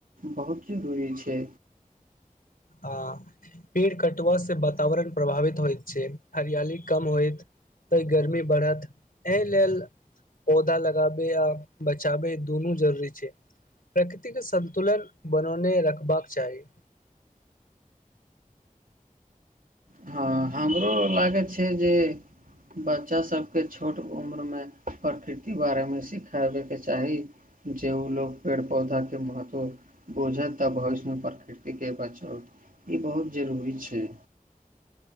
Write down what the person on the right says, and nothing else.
बहुत जरूरी छै
हँ हमरो लागैत छै जे बच्चासभके छोट उम्रमे प्रकृति बारेमे सिखाबयके चाही जे ओ लोग पेड़ पौधाके महत्व बुझत तऽ भविष्यमे प्रकृतिके बचत ई बहुत जरूरी छै